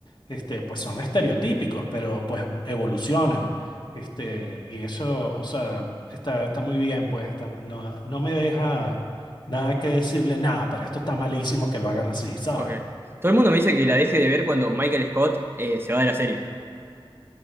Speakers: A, on the left; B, on the right.
A: este, pues son estereotípicos, pero pues evolucionan. Este, y eso, o sea, está, está muy bien, pues está- no, no me deja nada que decirle, nada, pero esto está malísimo que lo hagan así, ¿sabes?
B: Ok. Todo el mundo me dice que la deje de ver cuando Michael Scott eh, se va de la serie.